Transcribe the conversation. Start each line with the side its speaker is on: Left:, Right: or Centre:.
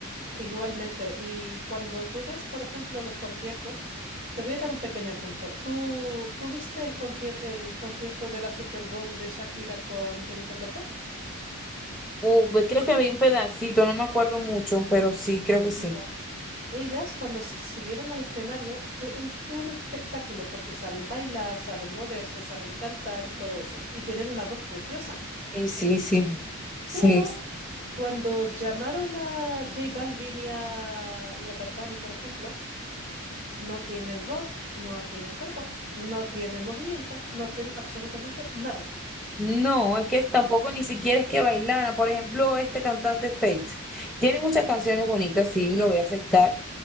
Right: Igualmente, y cuando tú ves, por ejemplo, los conciertos, te voy a dar un pequeño ejemplo. ¿Tú, tú viste el concier- el concierto de la Super Bowl de Shakira con Jennifer López?
Centre: Uh, pues creo que había un pedacito, no me acuerdo mucho, pero sí, creo que sí.
Right: Vale. Ellas, cuando se subieron al escenario, fue un puro espectáculo porque saben bailar, saben moverse, saben cantar y todo eso, y tienen una voz preciosa.
Centre: Sí, sí, sí. Sí,
Right: Pero
Centre: sí.
Right: cuando llamaron a J Balvin y a, y a Bad Bunny, por ejemplo, No tienen voz, no tienen cuerpo, no tienen movimiento, no tienen absolutamente nada.
Centre: No, es que tampoco ni siquiera es que bailara. Por ejemplo, este cantante Fakes tiene muchas canciones bonitas, sí, lo voy a aceptar.